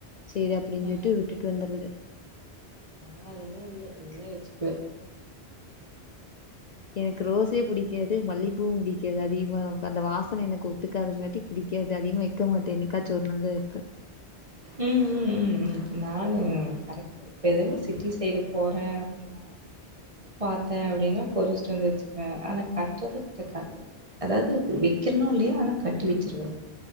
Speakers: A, on the left (about 50°); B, on the right (about 30°).
A: சேரி அப்பிடின்
B: ஆ
A: சொல்ட்டு விட்டுட்டு வந்துறது
B: நா அதெல்லா இல்ல எல்லா வச்சுக்குவே
A: எனக்கு ரோஸே புடிக்காது மல்லிகப்பூவு புடிக்காது அதிகமா அந்த வாசன எனக்கு ஒத்துக்காதுங்காட்டி புடிக்காது அதிகமா வைக்க மாட்டே என்னைக்காச்சி ஒரு நாள் தா வெப்பே
B: ம் ம் ம் ம் நானு கரெக்டு இப்போ எதுனா சிட்டி சைடு போறே அப்டினா பாத்தே அப்டினா பொரிச்ட்டு வந்து வச்சு பே ஆனா கட்றது <unintelligible> அதாது வெக்கிறனோ இல்லையா ஆனா கட்டி வச்சிருவே